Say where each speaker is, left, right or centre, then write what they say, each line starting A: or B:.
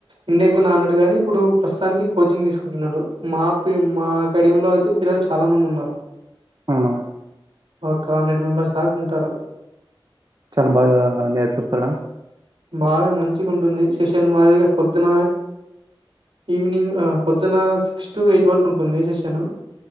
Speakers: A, on the right; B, on the right.
A: ఇండియా కున్నా అన్నాడు కాని ఇప్పుడు ప్రస్తుతానికి కోద్ద్ కోచింగ్ తీసుకుంటు ఉన్నాడు మా పి మా అకాడమీలో అయితే పిల్లలు చాలా మంది ఉన్నారు
B: అవునా
A: ఒక హండ్రెడ్ మెంబర్స్ దాక ఉంటారు
B: చాలా బాగా నేర్పిస్తాఆడా
A: బాగా మంచిగా ఉంటు ఉంది సిషన్ వారిగా పొద్దున ఈవినింగ్ అపొద్దున సిక్స్ టూ ఎయిట్ వరకు ఉంటుఉంది సిస్టేను